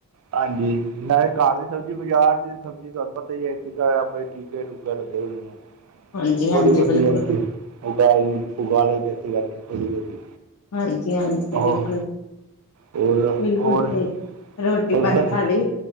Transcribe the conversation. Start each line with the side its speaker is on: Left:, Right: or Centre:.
Right: ਹਾਂਜੀ, ਮੈਂ ਘਰ ਦੀ ਸਬਜ਼ੀ ਬਾਜ਼ਾਰ ਦੀ ਸਬਜ਼ੀ ਤੁਹਾਨੂੰ ਪਤਾ ਹੀ ਹੈ, ਕਿਸ ਟੀਕੇ-ਟੂਕ ਲੱਗਿਆ ਹੀ ਨੇ।
Left: ਹਾਂਜੀ-ਹਾਂਜੀ
Right: ਥੋੜੀ ਬਹੁਤੀ
Left: ਬਿਲਕੁਲ,
Right: ਆਂਦੀ। ਉਗਾ- ਉਗਾ ਲ ਲਈ ਵੈਸੇ ਕਰਕੇ ਥੋੜੀ- ਬਹੁਤੀ।
Left: ਹਾਂਜੀ- ਹਾਂਜੀ,
Right: ਉਹ
Left: ਬਿਲਕੁਲ
Right: ਹੋਰ
Left: -ਬਿਲਕੁਲ,
Right: ਹੋਰ
Left: ਸਹੀ। ਰੋਟੀ-ਪਾਣੀ
Right: ਹੋਰ ਘਰ
Left: ਖਾ ਲਈ।